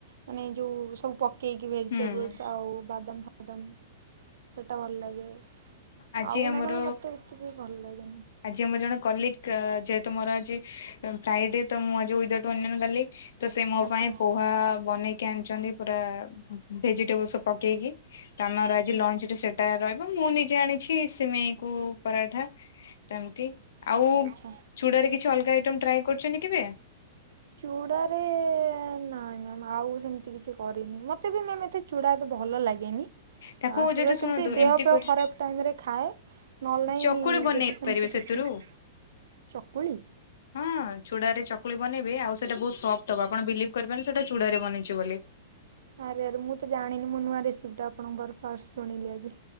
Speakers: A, on the right; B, on the left.
A: ମାନେ ଯେଉଁ ସବୁ ପ କେକ୍ ଭେଜିଟେବୁଲ୍ସ
B: ହୁଁ।
A: ଆଉ ବାଦାମ ଫାଦାମ ସେଇଟା ଭଲ ଲାଗେ।
B: ଆଜି
A: ଆଉ
B: ଆମର
A: ନହେଲେ ମତେ ଏଥିପାଇ ଭଲ ଲାଗେନି।
B: ଆଜି ଆମ ଜଣେ କଲିକ ଯେହେତୁ ମୋର ଆଜି ଫ୍ରାଇ ଡେ ତ ମୁଁ ଆଜି ୱିଦାଉଟ୍ ଅନିଅନ ଗାଲିକ ତ ସେ ମୋ
A: ଆଚ୍ଛା।
B: ପାଇଁ ପୋହା ବନେଇକି ଆଣିଛନ୍ତି। ପୁରା ଭେଜିଟେବୁଲ୍ସ ବ ପକେଇକି। ତ ଆମର ଆଜି ଲଞ୍ଚ ରେ ସେଟା ରହିବ ମୁଁ ନିଜେ ଆଣିଛି ସିମେଇ କୁ ପରାଠା। ସେମିତି ଆଉ
A: ଆଚ୍ଛା ଆଚ୍ଛା।
B: ଚୂଡ଼ାରେ କିଛି ଅଲଗା ଆଇଟମ୍ ଟ୍ରାଏ କରୁଛନ୍ତି କେବେ?
A: ଚୁଡ଼ାରେ ନାଇଁ ମ୍ୟାମ ଆଉ ସେମତି କିଛି କରିନି ମତେ ବି ମାମ ଏତେ ଚୂଡ଼ା ଏତେ ଭଲ ଲାଗେନି।
B: ତାକୁ
A: ଆ ସେ
B: ଯଦି
A: କେମିତି
B: ଶୁଣନ୍ତୁ
A: ଦେହ
B: ଏମିତି
A: ପେହ
B: କରି
A: ଖରାପ ଟାଇମ ରେ ଖାଏ। ନହେଲେ ନାଇଁ
B: ଚକୁଳି ବନେଇ
A: ଯଦି ସେମିତି
B: ପାରିବେ ସେଥିରୁ
A: କିଛି ଚକୁଳି।
B: ହଁ ଚୁଡାରେ ଚକୁଳି ବନେଇବେ ଆଉ ସେଟା ବହୁତ ସଫ୍ଟ ହବ ଆପଣ ବିଲିଭ କରିବେନି ସେଟା ଚୁଡାରେ ବନେଇଛେ ବୋଲି।
A: ଆରେ ଆରେ ମୁଁ ତ ଜଣିନି ମୁଁ ନୂଆ ରେସିପିଟା ଆପଣଙ୍କର ଫାଷ୍ଟ ଶୁଣିଲି ଆଜି।